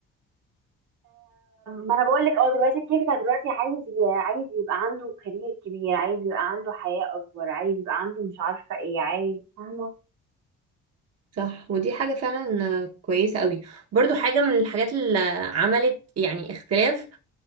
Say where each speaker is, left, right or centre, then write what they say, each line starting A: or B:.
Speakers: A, on the right; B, on the right.
A: ما انا بقول لك اه دلوقتي الجيل بتاع دلوقتي عايز عايز يبقى عنده كارير كبير عايز يبقى عنده حياة اكبر عايز يبقى عنده مش عارفة ايه عايز فاهمة
B: صح ودي حاجة فعلا كويسة قوي برضو حاجة من الحاجات اللي عملت يعني اختلاف